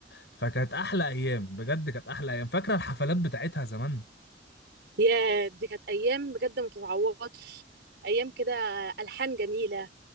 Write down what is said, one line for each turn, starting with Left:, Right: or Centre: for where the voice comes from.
Left: فكانت احلى ايام بجد كانت احلى ايام فاكره الحفلات بتاعتها زمان
Right: ياه دي كانت أيام بجد ما تتعوضش أيام كده ألحان جميلة